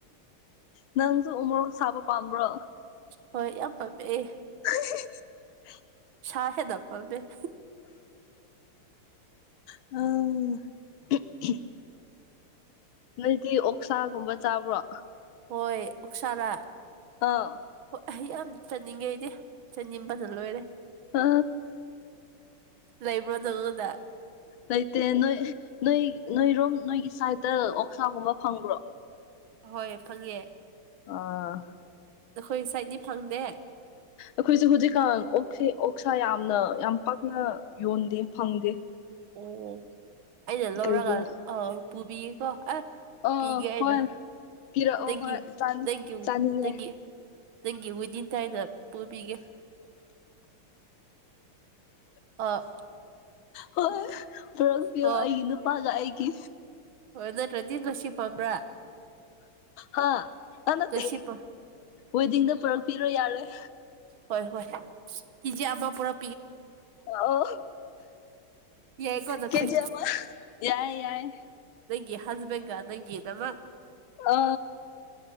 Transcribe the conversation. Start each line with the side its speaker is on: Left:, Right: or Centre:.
Left: ꯅꯪꯁꯨ ꯎꯃꯣꯔꯣꯛ ꯁꯥꯕ ꯄꯥꯝꯕ꯭ꯔꯣ
Right: ꯍꯣꯏ ꯌꯥꯝ ꯄꯝꯃꯛꯑꯦ
Left: <inaudible>
Right: ꯁꯦ ꯅ ꯄꯝꯗꯦ
Left: ꯑ ꯅꯪꯗꯤ ꯑꯣꯛꯁꯥꯒꯨꯝꯕ ꯆꯥꯕ꯭ꯔꯣ
Right: ꯍꯣꯏ ꯑꯣꯛꯁꯥꯗꯥ
Left: ꯑꯥ
Right: ꯍ ꯑꯩ ꯌꯥꯝ ꯆꯥꯅꯤꯡꯉꯦ ꯑꯩꯗꯤ ꯆꯅꯤꯡꯕꯅ ꯂꯣꯏꯔꯦ
Left: ꯑ
Right: ꯂꯩꯕ꯭ꯔꯣ ꯅꯪꯉꯣꯟꯗ
Left: ꯂꯩꯇꯔꯦ ꯅꯣꯏ ꯅꯣꯏ ꯅꯣꯏꯔꯣꯝ ꯅꯣꯏꯒꯤ ꯁꯥꯏꯠꯇ ꯑꯣꯛꯁꯥꯒꯨꯝꯕ ꯐꯪꯕ꯭ꯔꯣ
Right: ꯍꯣꯏ ꯐꯪꯉꯦ
Left: ꯑꯥ
Right: ꯅꯈꯣꯏ ꯁꯥꯏꯠꯗꯤ ꯐꯪꯗꯦ
Left: ꯑꯩꯈꯣꯏꯁꯨ ꯍꯧꯖꯤꯛꯀꯥꯟ ꯑꯣꯛꯁꯦ ꯑꯣꯛꯁꯥ ꯌꯥꯝꯅ ꯌꯥꯝ ꯄꯥꯛꯅ ꯌꯣꯟꯗꯦ ꯐꯪꯗꯦ
Right: ꯑꯣ ꯑꯩꯅ ꯂꯧꯔꯒ
Left: ꯀꯩꯒꯤꯔ
Right: ꯑ ꯄꯨꯕꯤꯌꯦꯀꯣ ꯑ
Left: ꯑ
Right: ꯄꯤꯒꯦ ꯍꯥꯏꯅ
Left: ꯍꯣꯏ ꯄꯤꯔꯛꯑꯣ
Right: ꯗꯦꯡꯒꯤ
Left: ꯍꯣꯏ ꯆꯥꯅꯤ
Right: ꯗꯦꯡꯒꯤ
Left: ꯆꯥꯅꯤꯡꯉꯦ
Right: ꯗꯦꯡꯒꯤ ꯅꯪꯒꯤ ꯋꯤꯗꯤꯟ ꯇꯥꯏꯅ ꯄꯨꯕꯤꯒꯦ ꯑ
Left: ꯍꯣꯏ ꯄꯨꯔꯛꯄꯤꯌꯣ
Right: ꯑ
Left: ꯑꯩꯒꯤ ꯅꯨꯄꯥꯒ ꯑꯩꯒꯤ
Right: ꯍꯣꯏ ꯅꯠꯇ꯭ꯔꯗꯤ ꯉꯁꯤ ꯄꯝꯕ꯭ꯔꯥ
Left: ꯍꯥꯥ ꯍ ꯅꯠꯇ
Right: ꯉꯁꯤ ꯄꯥꯝ
Left: ꯋꯦꯗꯤꯡꯗ ꯄꯨꯔꯛꯄꯤꯔꯣ ꯌꯥꯔꯣꯏ
Right: ꯍꯣꯏ ꯍꯣꯏ ꯀꯦꯖꯤ ꯑꯃ ꯄꯨꯔ
Left: ꯑꯣ
Right: ꯌꯥꯏꯀꯣ ꯅꯈꯣꯏ
Left: ꯀꯦꯖꯤ ꯑꯃ ꯌꯥꯏ ꯌꯥꯏ
Right: ꯅꯪꯒꯤ ꯍꯁꯕꯦꯟ ꯅꯪꯒꯤ ꯅꯃꯥ
Left: ꯑ